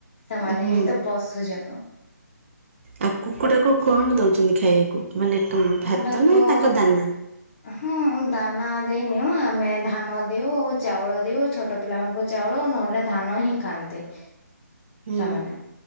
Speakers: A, on the left; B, on the right.
A: ସେମାନେ
B: ହୁଁ
A: ବି ତ ପଶୁ ଜ
B: ଆଉ କୁକୁଡ଼ା କୁ କଣ ଦଉଛନ୍ତି ଖାଇବାକୁ ମାନେ
A: କୁକୁଡ଼ାକୁ
B: ଭାତ ନା ତାଙ୍କ ଦାନା?
A: ହଁ ଦାନା ଦେଇନିଉ ଆମେ ଧାନ ଦଓଉ ଚାଉଳ ଦଓଉ ଛୋଟ ପିଲାମାନଙ୍କୁ ଚାଉଳ ନହେଲେ ଧାନ ହିଁ ଖାଆନ୍ତି।
B: ହୁଁ
A: ସେମାନେ